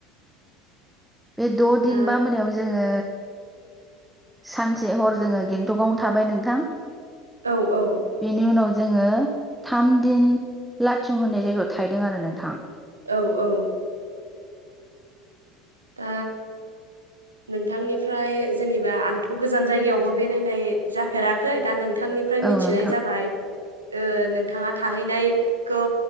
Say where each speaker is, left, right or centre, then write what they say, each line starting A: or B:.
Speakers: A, in the centre; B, on the right.
A: बे द'दिन
B: दा
A: बा मोनायाव जोङो सानसे हर जोङो गेंटकआवनों थाबाय नोंथां
B: औ औ
A: बेनि उनाव जोङो थाम दिन लाथिं होननाय जायगायाव थाहैदों आरो नोंथां।
B: औ औ ओ नोंथांनिफ्राय जेनेबा आंथ' गोजान जायगायावबो बेरायनाय जाफेराखै दा नों नोंथांनिफ्राय
A: औ
B: मिथिनाय
A: नोंथां
B: जाबाय। ओ नोंथाङा थाहैनायखौ